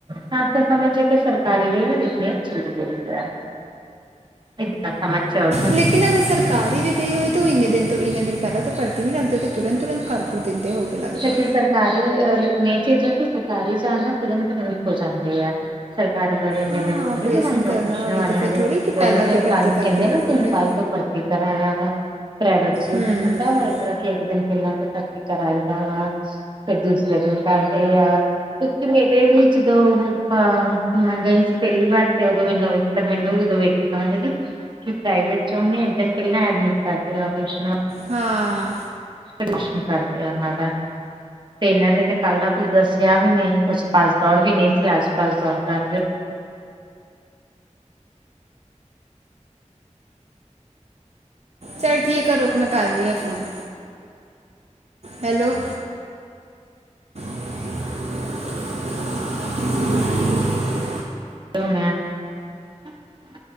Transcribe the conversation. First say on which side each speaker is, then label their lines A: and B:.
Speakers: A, on the right; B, on the right.
A: ਤਾਂ ਫਿਰ ਸਮਝ ਜੋ ਕੇ ਸਰਕਾਰੀ ਗਈ ਐ, ਲੇਕਿਨ ਇਹ ਝੂਠ ਬੋਲਦਾ। ਤਾਂ ਸਮਝ ਜਾਓ।
B: ਲੇਕਿਨ ਅਗਰ ਸਰਕਾਰੀ ਵੀ ਗਈ ਹੋਵੇ, ਤਾਂ ਉਹ ਇੰਨੇ ਦਿਨ ਤੋਂ ਇੰਨੇ ਦਿਨ ਪਹਿਲਾਂ ਤੋਂ ਭਰਤੀ ਨਈ ਕਰਦੇ, ਉਹ ਤੇ ਤੁਰੰਤ-ਤੁਰੰਤ ਕਰ ਕੁ ਦਿੰਦੇ ਹੋ ਕੇ ਲੱਗਦਾ।
A: ਲੇਕਿਨ ਸਰਕਾਰੀ ਲੇਕਨ ਚੀਜ਼ਾਂ ਤੇ ਸਰਕਾਰੀ ਜਾਣ ਨਾਲ ਤੁਰੰਤ <inaudible> ਹੋ ਜਾਂਦੇ ਐ। ਸਰਕਾਰੀ ਵਾਲੇ ਇੰਨੇ
B: ਹਾਂ
A: ਦਿਨ ਥੋੜੀ
B: ਆਪਰੇਸ਼ਨ
A: ਲਵਾਂਦੇ
B: ਕਰਨਾ
A: ਆ, ਪੁੱਛਣ
B: ਹੋਵੇ
A: ਵਾਲਿਆਂ
B: ਤੇ ਫਿਰ
A: ਦੇ
B: ਥੋੜੀ ਕਿ
A: ਉਹਨੂੰ
B: ਪਹਿਲਾਂ
A: ਤੇ
B: ਤੋਂ ਭਰਤੀ
A: ਟਾਈਮ
B: ਕਰਕੇ
A: ਕਹਿੰਦੇ
B: ਰੱਖੋਗੇ
A: ਨਾ ਤਿੰਨ ਸਾਲ ਤੋਂ ਭਰਤੀ ਕਰਾਇਆ ਵਾ, ਪ੍ਰਾਈਵੇਟ ਚ ਇਹ
B: ਹੂੰ
A: ਤੇ ਹੁੰਦਾ ਵਾ। ਕਿਉਂਕਿ ਇੱਕ ਦਿਨ ਪਹਿਲਾਂ ਤਾਂ ਭਰਤੀ ਕਰਾਈ ਦਾ ਵਾ, ਫੇਰ ਦੂਸਰੇ ਦਿਨ ਕਰਦੇ ਆ। ਕਿਉਂਕਿ ਮੇਰੇ ਵੀ ਜਦੋਂ ਉਹ ਮੈਂ ਗਈ ਸੀ ਪਹਿਲੀ ਵਾਰ, ਤੇ ਉਦੋਂ ਮੈਨੂੰ ਵੀ ਮੈਨੂੰ ਉਦੋਂ ਵੇਖ ਕੇ ਸਮਝਦੇ, ਕਿ ਪ੍ਰਾਈਵੇਟ ਚ ਉਹਨੇ ਇੱਕ ਦਿਨ ਪਹਿਲਾਂ ਐਡਮਿਟ ਕਰਦੇ ਆ ਓਪਰੇਸ਼ਨ ਵਾਸ
B: ਹਾਂ।
A: ਪ੍ਰਦਰਸ਼ਨ ਕਰਦੇ ਉਹਨਾਂ ਦਾ। ਤੇ ਇਹਨਾਂ ਨੇ ਤੇ ਕੱਲ ਦਾ ਕੁੱਝ ਦੱਸਿਆ ਵੀ ਨਹੀਂ ਕੁਛ ਭਜ ਦੌੜ ਵੀ ਨਹੀਂ ਸੀ ਆਸ ਪਾਸ ਦੌੜਦਾ
B: ਚੱਲ ਠੀਕ ਹੈ ਰੁਕ ਮੈਂ ਕਰ ਰਹੀ ਆਂ ਫੋਨ। ਹੈਲੋ। <unintelligible>
A: ਹਣ <unintelligible>